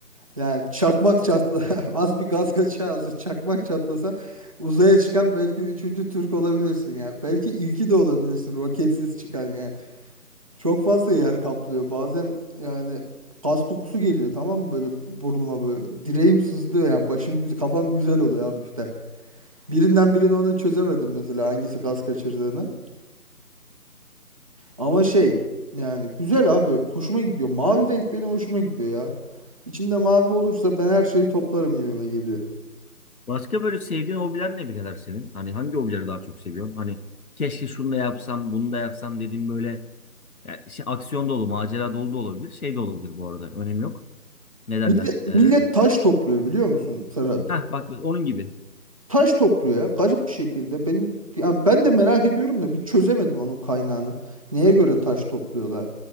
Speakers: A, on the right; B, on the left.
A: Yani çakmak çatla <laughs> az bir gaz kaçağı az çakmak çatlasa uzaya çıkan belki üçüncü Türk olabilirsin ya. Belki ilki de olabilirsin roketsiz çıkan yani. Çok fazla yer kaplıyor. Bazen yani gaz kokusu geliyor tamam mı böyle burnuma böyle. Direğim sızlıyor yani başım güzel kafam güzel oluyor hafiften. Birinden birini onu çözemedim mesela hangisi gaz kaçırdığını. Ama şey yani güzel abi hoşuma gidiyor. Mavi renk benim hoşuma gidiyor ya. İçinde mavi olursa ben her şeyi toplarım gibime geliyor.
B: Başka böyle sevdiğin hobiler ne birader senin? Hani hangi hobileri daha çok seviyorsun? Hani keşke şunu da yapsam, bunu da yapsam dediğim böyle ya işte aksiyon dolu, macera dolu da olabilir. Şey de olabilir bu arada. Önemi yok. Ne derler?
A: Millet,
B: Ee,
A: millet taş topluyor biliyor musun Serhat?
B: heh, bak onun gibi.
A: Taş topluyor ya garip bir şekilde. Benim ya ben de merak ediyorum da bir çözemedim onun kaynağını. Neye göre taş topluyorlar?